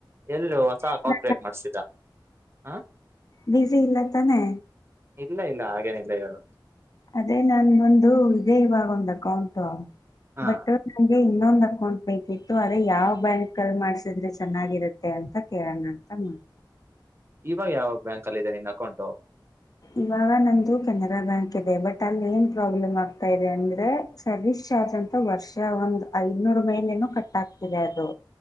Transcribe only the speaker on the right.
ಎಲ್ಲೋ ಹೊಸ
ಕಾಂಟ್ರೇಟ್ ಮಾಡ್ಸಿದ? ಆ
ಇಲ್ಲ ಇಲ್ಲ ಹಾಗೇನಿಲ್ಲ ಹೇಳು
ಹಾ
ಇವಾಗ ಯಾವ ಬ್ಯಾಂಕ್ ಅಲ್ಲಿ ಇದೆ ನಿನ್ ಅಕೌಂಟು?